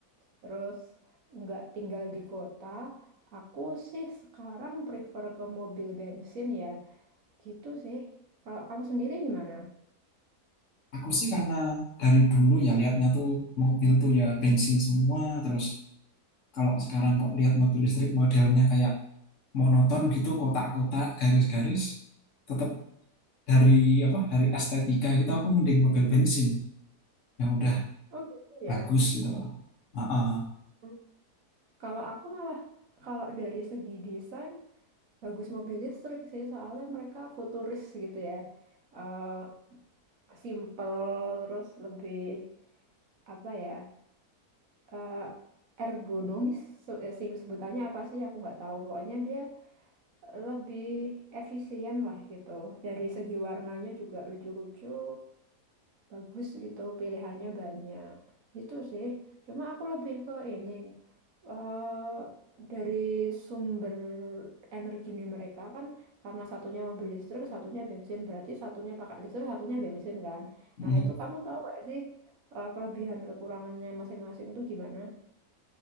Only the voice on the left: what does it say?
Aku sih karena dari dulu ya lihatnya tuh mobil tuh ya bensin semua. Terus kalau sekarang kok lihat mobil listrik modelnya kayak monoton gitu, kotak-kotak, garis-garis. Tetap dari apa? Dari estetika gitu aku mending mobil bensin yang udah
bagus gitu loh. Ah, ah.
Mm.